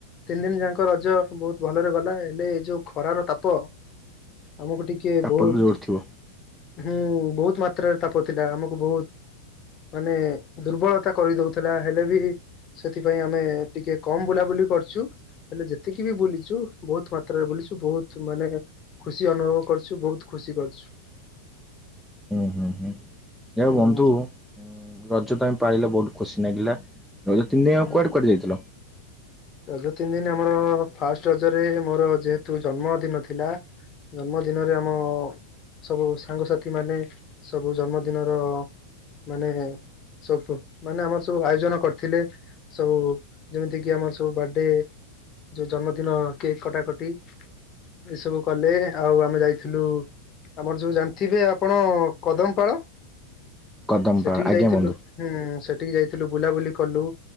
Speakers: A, on the left; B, in the centre.
A: ତିନି ଦିନ ଯାକ ରଜ ବହୁତ ଭଲରେ ଗଲା। ହେଲେ ଏଇ ଯୋଉ ଖରାର ତାପ ଆମକୁ ଟିକେ
B: ତାପର
A: ବହୁତ
B: ଜୋର ଥିବ।
A: ହୁଁ ବହୁତ ମାତ୍ରାରେ ତାପ ଥିଲା। ଆମକୁ ବହୁତ ମାନେ ଦୁର୍ବଳତା କରିଦଉଥିଲା। ହେଲେ ବି ସେଥିପାଇଁ ଆମେ ଟିକେ କମ ବୁଲାବୁଲି କରିଚୁ। ହେଲେ ଯେତିକି ବି ବୁଲିଚୁ ବହୁତ ମାତ୍ରାରେ ବୁଲିଚୁ। ବହୁତ ମାନେ ଖୁସି ଅନୁଭବ କରିଚୁ। ବହୁତ ଖୁସି କରିଚୁ।
B: ହୁଁ ହୁଁ ହୁଁ। ଯାହା
A: ହୁଁ
B: ହଉ ବନ୍ଧୁ ରଜ ତମେ ପାଳିଲେ ବହୁତ ଖୁସି ଲାଗିଲା। ରଜ ତିନିି ଦିନି
A: ହୁଁ।
B: ଆଉ କୁଆଡେ କୁଆଡେ ଯାଇଥିଲ?
A: ରଜ ତିନି ଦିନ ଆମର ଫାଷ୍ଟ ରଜରେ ମୋର ଯେହେତୁ ଜନ୍ମ ଦିନ ଥିଲା। ଜନ୍ମଦିନରେ ଆମ ସବୁ ସାଙ୍ଗସାଥି ମାନେ ସବୁ ଜନ୍ମଦିନର ମାନେ ସବୁ ମାନେ ଆମର ସବୁ ଆୟୋଜନ କରିଥିଲେ। ସବୁ ଯେମିତି କିି ଆମର ଯୋଉ ବାର୍ଥଡେ ଯୋଉ ଜନ୍ମଦିନ କେକ୍ କଟାକଟି ଏସବୁ କଲେ ଆଉ ଆମେ ଯାଇଥିଲୁ ଆମର ଯୋଉ ଜାଣିଥିବେ ଆପଣ କଦମପାଳ
B: କଦମପାଳ
A: ସେଠିକି
B: ଆଜ୍ଞା
A: ଯାଇଥିଲୁ।
B: ବନ୍ଧୁ।
A: ହୁଁ ସେ ଯାଇଥିଲୁ ବୁଲାବୁଲି କଲୁ